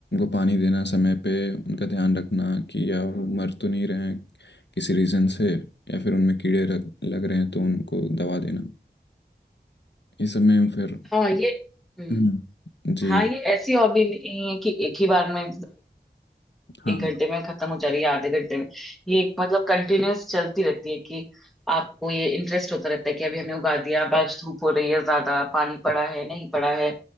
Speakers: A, on the left (about 80°); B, in the centre.
A: पानी देना समय पे उनका ध्यान रखना कि या वो मर तो नहीं रहे हैं किसी रीज़न से या फिर उनमें कीड़े रग- लग रहे हैं तो उनको दवा देना ये सब में फिर
B: हाँ ये हम्म
A: हम्म, जी
B: हाँ ये ऐसी हॉबी नहीं है कि एक ही बार में
A: हाँ
B: एक
A: हाँ,
B: घंटे में खत्म हो जा रही है आधे घंटे में ये एक मतलब कंटिन्यूअस चलती रहती है कि आपको ये इंटरेस्ट होता रहता है कि अभी हमने उगा दिया अब आज धूप हो रही है ज्यादा पानी पड़ा है नहीं पड़ा है